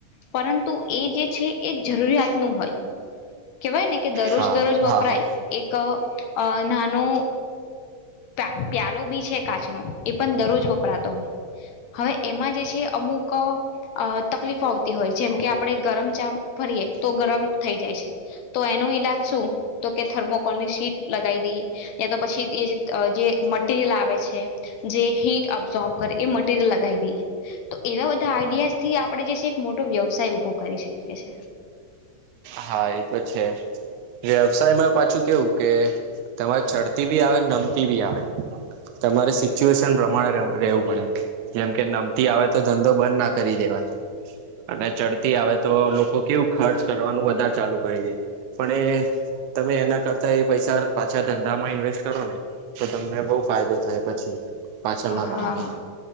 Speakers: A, on the left; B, on the right.
A: પરંતુ એ જે છે એ જરૂરિયાતનું હોય કેવાય ને કે દરરોજ
B: હા
A: દરરોજ વપરાય
B: હા હા
A: એક અ નાનો પા પ્યાલો બી છે કાચનો એ પણ દરરોજ વપરાતો હોય હવે એમાં જે છે અમુક અ તકલીફો આવતી હોય જેમ કે આપણે ગરમ ચા ભરીએ તો ગરમ થઈ જાય છે તો એને નો ઈલાજ શું તો કે થર્મોકોલની સીટ લગાઈ દઈએ યા તો પછી જે મટીરિયલ આવે છે જે હીટ અબ્ઝોર્બ કરે એ મટીરિયલ લગાઈ દઈએ તો એવા બધા આઈડિયાસ થી આપણે જે છે એક મોટો વ્યવસાય ઉભો કરી શકીએ છે.
B: હા એ તો છે વ્યવસાયમાં પાછું કેવું કે તમારે ચડતી બી આવે નમતી બી આવે તમારે સિચ્યુએશન પ્રમાણે રહે રહેવું પડે જેમ કે નમતી આવે તો ધંધો બંધ ના કરી દેવાય અને ચડતી આવે તો લોકો કેવું ખર્ચ કરવાનું વધારે ચાલુ કરી દે પણ એ તમે એના કરતા એ પૈસા પાછા ધંધામાં ઈન્વેસ્ટ કરો ને તો તમને બઉ ફાયદો થાય પછી પાછળના
A: હા
B: ગાળામાં